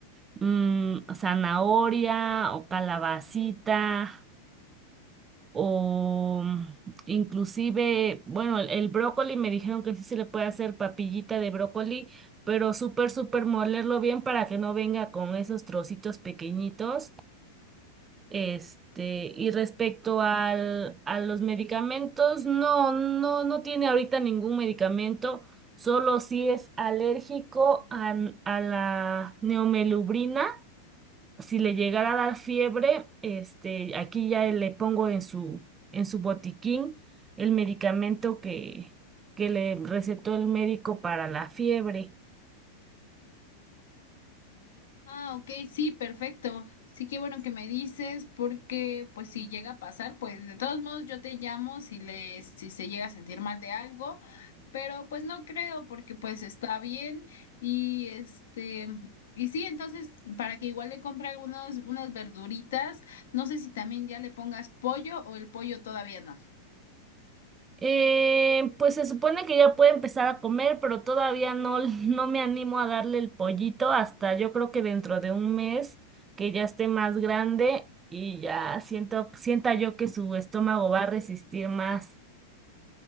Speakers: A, on the right; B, on the left.
A: mm, zanahoria o calabacita o mm, inclusive, bueno, el, el brócoli me dijeron que sí se le puede hacer papillita de brócoli, pero súper, súper molerlo bien para que no venga con esos trocitos pequeñitos este, y respecto al, a los medicamentos, no, no, no tiene ahorita ningún medicamento, solo si es alérgico a, n- a la neomelubrina, si le llegara a dar fiebre, este, aquí ya le pongo en su, en su botiquín el medicamento que, que le recetó el médico para la fiebre.
B: Ah, ok, sí, perfecto. Sí, qué bueno que me dices, porque pues si llega a pasar, pues de todos modos yo te llamo si le, si se llega a sentir mal de algo, pero pues no creo, porque pues está bien y este, y sí, entonces para que igual le compre algunos, unas verduritas, no sé si también ya le pongas pollo o el pollo todavía no.
A: Eh, pues se supone que ya puede empezar a comer, pero todavía no, <laughs> no me animo a darle el pollito hasta yo creo que dentro de un mes que ya esté más grande y ya siento, sienta yo que su estómago va a resistir más.